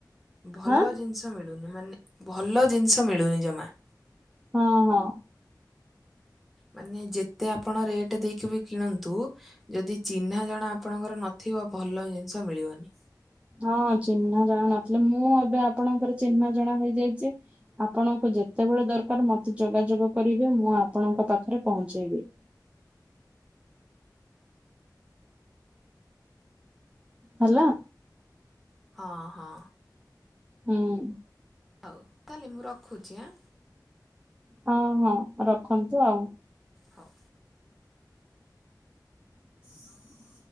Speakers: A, in the centre; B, on the right (about 15°).
A: ଭଲ
B: ହଁ
A: ଜିନିଷ ମିଳୁନି ମାନେ ଭଲ ଜିନିଷ ମିଳୁନି ଜମା।
B: ହଁ ହଁ।
A: ମାନେ ଯେତେ ଆପଣ ରେଟ୍ ଦେଇକି ବି କିଣନ୍ତୁ। ଯଦି ଚିହ୍ନା ଜଣା ଆପଣଙ୍କର ନଥିବ ଭଲ ଜିନିଷ ମିଳିବନି।
B: ହଁ ଚିହ୍ନା ଜଣା ନଥିଲେ ମୁଁ ଏବେ ଆପଣଙ୍କର ଚିହ୍ନା ଜଣା ହେଇଯାଇଛି। ଆପଣଙ୍କୁ ଯେତେବେଳେ ଦରକାର ମତେ ଯୋଗାଯୋଗ କରିବେ ମୁଁ ଆପଣଙ୍କ ପାଖରେ ପହଞ୍ଚେଇବି। ହେଲା।
A: ହଁ ହଁ।
B: ହୁଁ।
A: ହଉ ତାହେଲେ ମୁଁ ରଖୁଛି ଆଁ।
B: ହଁ ହଁ ରଖନ୍ତୁ ଆଉ।
A: ହ ଉ।
B: ହଁ